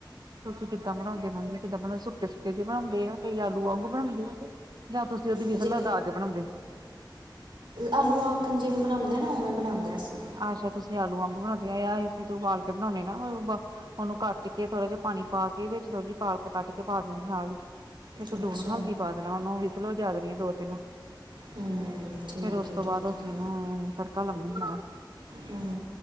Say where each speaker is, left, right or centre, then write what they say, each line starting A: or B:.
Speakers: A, on the right; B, on the right.
A: ਤੁਸੀਂ ਕਿੱਦਾਂ ਬਣਾਉਦੇ ਮੰਮੀ ਕਿਦਾਂਦੇ ਸੁੱਕੇ-ਸੁੱਕੇ ਜੇ ਬਣਾਉਂਦੇ ਆ ਕਈ ਆਲੂ ਵਾਂਗ ਬਣਾਉਦੇ ਆ ਤੇ ਜਾਂ ਤੁਸੀਂ ਉਹਦੀ ਵਿਸਲਾ
B: ਜੇ
A: ਲਾ ਕੇ ਬਣਾਉਂਦੇ
B: ਆਲੂ ਆਖਣ ਜਿਵੇਂ ਬਣਾਉਂਦੇ ਨਾ ਉਵੇਂ ਬਣਾਉਂਦੇ ਅਸੀਂ
A: ਅੱਛਾ ਤੁਸੀਂ ਆਲੂ ਵਾਗ ਬਣਾਉਂਦੀਆਂ ਆ ਅਸੀਂ ਤੂੰ ਉਬਾਲ ਕੇ ਬਣਾਉਂਦੇ ਨਾ ਉ ਉਹਨੂੰ ਕੱਟ ਕੇ ਥੋੜ੍ਹਾ ਜਿਹਾ ਪਾਣੀ ਪਾ ਕੇ ਵਿੱਚ ਥੋੜੀ ਜਿਹੀ ਪਾਲਕ ਕੱਟ ਕੇ ਪਾ ਦਿੰਦੀ ਨਾਲ ਹੀ ਵਿੱਚ ਲੂਣ
B: ਅੱਛਾ
A: ਹਲਦੀ ਪਾ ਦੇਣਾ ਉਹਨੂੰ ਵਿਸਲ ਵਜਾ ਦੇਣੀਆਂ ਦੋ, ਤਿੰਨ
B: ਹੂੰ ਠੀਕ
A: ਫੇਰ ਉਸ
B: ਹੈ
A: ਤੋਂ ਬਾਅਦ
B: ਠੀਕ
A: ਅਸੀਂ
B: ਹੈ
A: ਇਹਨੂੰ ਤੜਕਾ ਲਾਉਦੇ ਹਗਾ
B: ਹਮ।